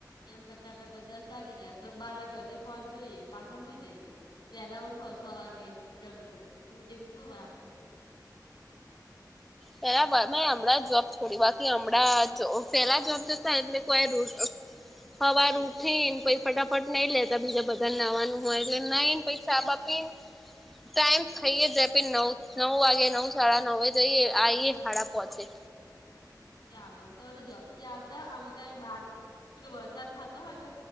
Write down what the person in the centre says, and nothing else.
પેલા મે હમણાં જોબ છોડી બાકી હમણાં પેલા જોબ જતા એટલે કોઈ ર હવાર ઉઠી ને પ ફટાફટ નઈ લેતા બીજા બધાને નવાનું હોય એટલે નને પછ સાાબ ટાઈમ થઈએે જેપી નવ નવ વાગે નવ સાડા ન જઈએ તઈ એ હાડા પ છેે